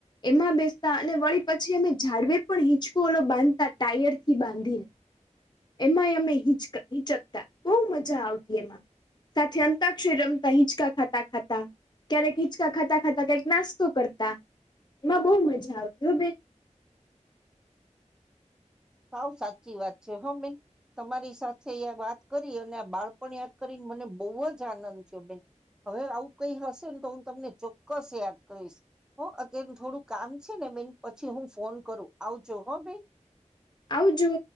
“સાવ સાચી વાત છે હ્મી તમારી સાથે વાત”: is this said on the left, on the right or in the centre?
Centre